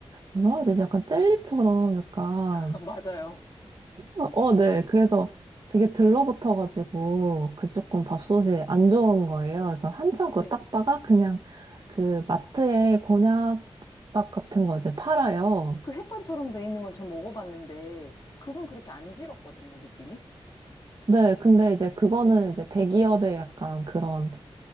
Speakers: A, on the right; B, on the left.
A: 뭐라 해야 되지? 약간 젤리처럼 약간
B: <laughs> 맞아요.
A: 어, 어, 네. 그래서 되게 들러붙어가지고 그 조금 밥솥이 안 좋은 거예요. 그래서 한참 그거
B: 네.
A: 닦다가 그냥 그 마트에 곤약밥 같은 거 이제 팔아요.
B: 그 햇반처럼 돼 있는 건 전 먹어봤는데, 그건 그렇게 안 질었거든요, 느낌이.
A: 네. 근데 이제 그거는
B: 네,
A: 이제 대기업의 약간 그런,